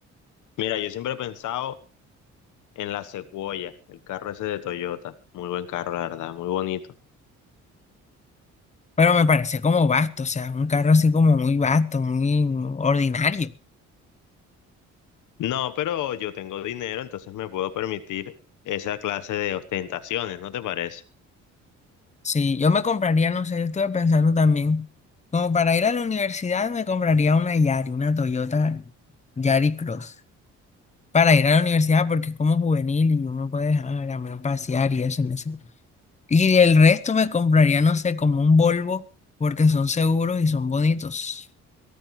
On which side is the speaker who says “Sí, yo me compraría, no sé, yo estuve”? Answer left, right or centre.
Left